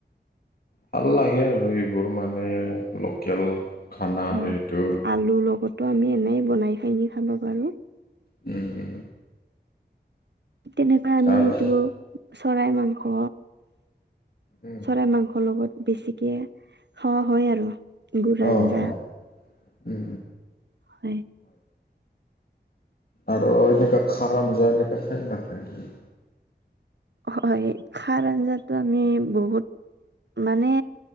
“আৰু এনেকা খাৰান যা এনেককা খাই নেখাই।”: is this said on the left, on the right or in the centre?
Left